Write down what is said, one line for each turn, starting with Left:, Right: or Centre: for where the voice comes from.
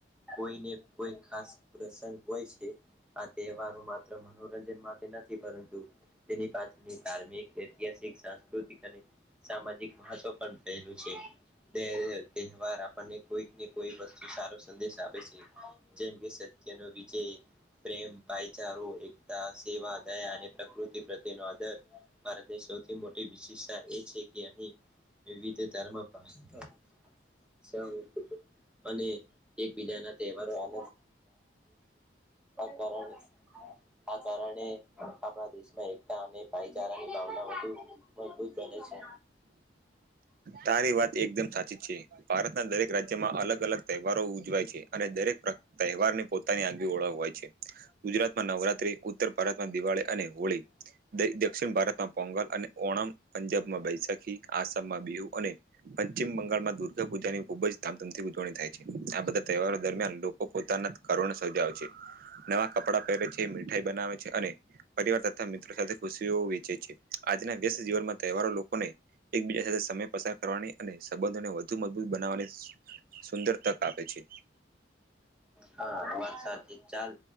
Centre: કોઈને કોઈ ખાસ પ્રસંગ હોય છે. આ તહેવારો માત્ર મનોરંજન માટે નથી, પરંતુ તેની પાછળની ધાર્મિક ઐતિહાસિક સાંસ્કૃતિક અને સામાજિક મહત્વ પણ રહેલુ છે. બેરે <unintelligible> તહેવાર આપડને કોઈક ને કોઈક વચ્ચે સારો સંદેશ આપે છે. જેમ કે સત્યનો વિ પ્રેમ, ભાઈચારો, એકતા, સેવા, દયા અને પ્રકૃતિ તેનો આદર ભારતની સૌથી મોટી વિશેષતા એ છે કે અહી એવી રીતે <unintelligible> <unintelligible> અને એકબીજાના તહેવારો <unintelligible> આ કારણે આ કારણે આપડા દેશમાં એક અને ભાઈચારાની ભાવના બહુ મજબૂત બને છે.
Right: તારી વાત એકદમ સાચી છે ભારતના દરેક રાજ્યમાં અલગ અલગ તહેવારો ઉજવાય છે અને દરેક તહેવાર ની પોતાની આવી ઓળખવાય છે. ગુજરાતમાં નવરાત્રી ઉત્તર ભારતમાં દિવાળી અને હોળી દક્ષિણ પશ્ચિમ ભારતમાં પોંગલ અને ઓણમ પંજાબમાં બૈશાખી આસામમાં બી અને પશ્ચિમ બંગાળમાં દુર્ગા પૂજાની ખૂબ જ ધામધુમથી ઉજવણી થાય છે આ બધા તહેવારો દરમિયાન લોકો પોતાના ઘરોને સર્જાયે છે નવા કપડા પહેરે છે મીઠાઈ બનાવે છે અને પરિવાર તથા મિત્રો સાથે ખુશીઓ વેચે છે આજના વ્યસ્ત જીવનમાં તહેવારો લોકોને એકબીજા સાથે સમય પસાર કરવાની અને સંબંધોને વધુ મજબૂત બનાવવાની સુંદર તક આપે છે.
Centre: હા વાત સાચી ચાલ